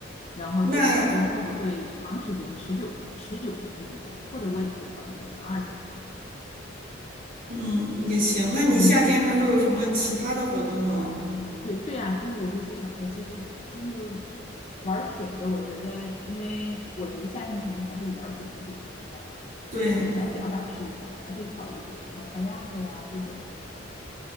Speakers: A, on the left; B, on the right.
A: 然后这个活动会不会长时间持久持久的继续下去，
B: 那
A: 或者我也可以考虑买一个二手的那个叫
B: 嗯也行。那你夏天还会有什么其他的活动吗？
A: 充气的那种。对对呀，就是我就是想说，其实就是玩水的，我觉得，因为我觉得夏天肯定还是以玩水为主嘛，是吧？
B: 对。
A: 所以你想，甲板是一种，还可以考虑，比如什么 kayak 呀这种，